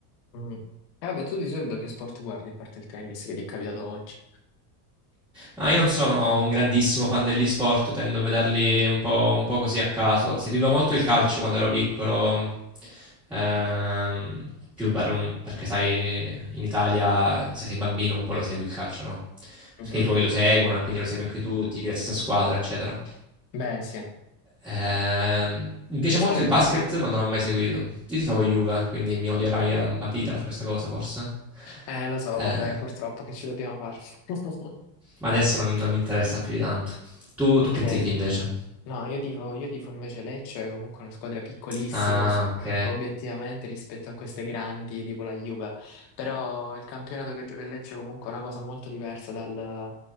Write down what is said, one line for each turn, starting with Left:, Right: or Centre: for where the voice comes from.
Left: mm. E vabbè, tu di solito che sport guardi a parte il tennis che ti è capitato oggi?
Centre: Ah, io non sono un grandissimo fan degli sport, tendo a vederli un po', un po' così a caso. Seguivo molto il calcio quando ero piccolo, ehm, più per un- perché sai, in Italia se sei bambino un po' lo segui il calcio, no?
Left: Mhm.
Centre: Perché i tuoi lo seguono e quindi lo segui anche tu, tifi la stessa squadra, eccetera.
Left: Beh, sì.
Centre: Ehm, mi piace
Left: Che
Centre: molto
Left: squadra
Centre: il basket,
Left: ti favi?
Centre: ma non l'ho mai seguito. Io ti tifavo Juve, quindi mi odierai a a vita per questa cosa, forse.
Left: Eh, lo so,
Centre: Eh.
Left: va bene, purtroppo che ci dobbiamo fare. <laughs>
Centre: Ma adesso non, non mi interessa più di tanto. Tu,
Left: Ok.
Centre: tu che tifi invece?
Left: No, io tifo, io tifo invece Lecce, è comunque una squadra piccolissima,
Centre: Ah,
Left: <laughs>
Centre: ok.
Left: obiettivamente, rispetto a queste grandi, tipo la Juve. Però il campionato che gioca il Lecce è comunque una cosa molto diversa dal-